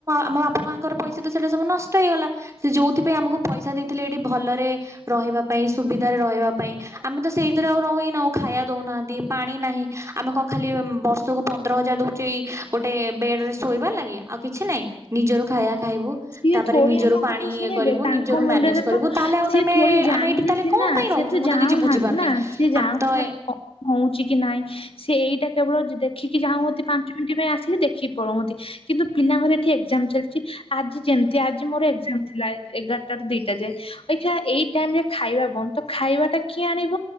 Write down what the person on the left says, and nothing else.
ସିଏ
ଥୋଡି
ଆମ
କଥା ଶୁଣିବେ
ତାଙ୍କ
ମୁଣ୍ଡରେ
ତ
ସିଏ
ଥୋଡି ଜାଣିଲେ
ସିନା
ସିଏ
ଜାଣୁନାହାନ୍ତି
ନା ସିଏ ଜାଣୁନାହାନ୍ତି
କଣ ହଉଛି କି ନାଇଁ, ସେ ଏଇଟା କେବଳ ଦେଖିକି ଯା ହ ପାଞ୍ଚ ମିନିଟ ପାଇଁ ଆସ ଦେଖି ପଲଉନ୍ତି, କିନ୍ତୁ ପିଲାଙ୍କର ଏଠି ଏଜାମ ଚାଲିଛି, ଆଜି ଯେମିତି, ଆଜି ମୋର ଏକ୍ଜାମ ଥିଲା ଏଗାରଟ ର ଦିଟା ଯାଏ, ଅଇକା ଏଇ ଟାଇମ ରେ ଖାଇବା ବନ୍ଦ, ତ ଖାଇବା ଟା କିଏ ଆଣିବ?